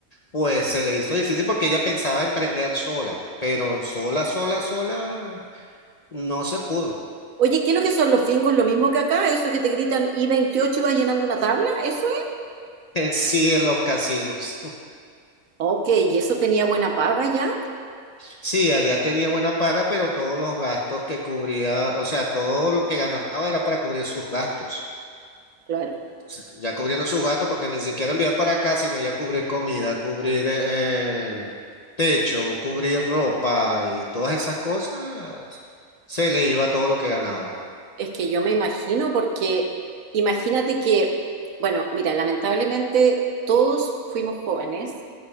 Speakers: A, on the left (about 45°); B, on the right (about 70°).
A: pues se le hizo difícil porque ella pensaba emprender sola, pero sola, sola, sola, no se pudo. <laughs>
B: Oye, ¿qué es lo que son los bingos? Lo mismo que acá, eso que te gritan i veintiocho y vas llenando una tabla, ¿eso es?
A: Sí, en los casinos.
B: Ok, ¿y eso tenía buena paga ya?
A: Sí, allá tenía buena paga, pero todos los gastos que cubría, o sea, todo lo que ganaba era para cubrir sus gastos.
B: Claro.
A: S- Ya cubriendo sus gastos, porque ni siquiera enviar para acá, sino ya cubrir comida, cubrir eh, em, techo, cubrir ropa y todas esas cosas, se le iba todo lo que ganaba.
B: Es que yo me imagino porque imagínate que, bueno, mira, lamentablemente todos fuimos jóvenes